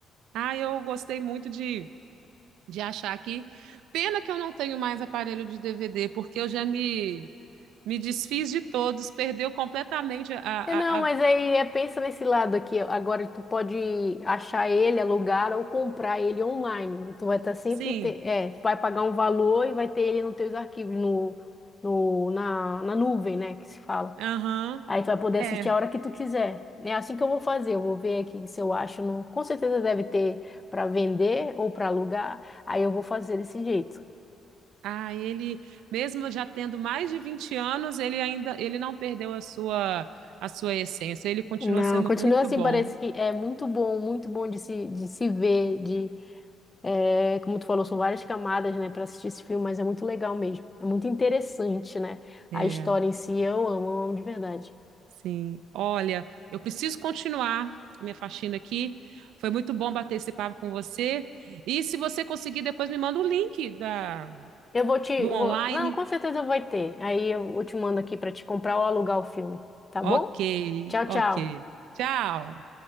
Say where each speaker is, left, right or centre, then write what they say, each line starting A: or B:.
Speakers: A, on the right; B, on the left.
A: Ah, eu gostei muito de, de achar que. Pena que eu não tenho mais aparelho de DVD, porque eu já me Me desfiz de todos, perdeu completamente a, a,
B: É, não, mas
A: a-
B: aí é, pensa nesse lado aqui. Agora tu pode achar ele, alugar ou comprar ele online. E tu vai estar sempre.
A: sim,
B: Te... É, tu vai pagar um valor e vai ter ele nos teus arquivos, no, no, na, na nuvem, né? Que se fala.
A: aham,
B: Aí tu vai poder
A: é.
B: assistir a hora que tu quiser. É assim que eu vou fazer. Eu vou ver aqui se eu acho. No... Com certeza deve ter para vender ou para alugar. Aí eu vou fazer desse jeito.
A: Ah, ele, mesmo já tendo mais de 20 anos, ele ainda, ele não perdeu a sua, a sua essência, ele continua
B: Não,
A: sendo
B: continua
A: muito
B: assim,
A: bom.
B: parece que é muito bom, muito bom de se, de se ver, de, é, como tu falou, são várias camadas, né, para assistir esse filme, mas é muito legal mesmo, é muito interessante, né,
A: É,
B: a história em si, eu amo, eu amo de verdade.
A: sim. Olha, eu preciso continuar minha faxina aqui, foi muito bom bater esse papo com você, e se você conseguir, depois me manda o link da,
B: Eu vou te,
A: do
B: vou-
A: online.
B: não, com certeza vai ter, aí eu, eu te mando aqui para te comprar ou alugar o filme, tá
A: Ok,
B: bom? Tchau,
A: ok.
B: tchau.
A: Tchau.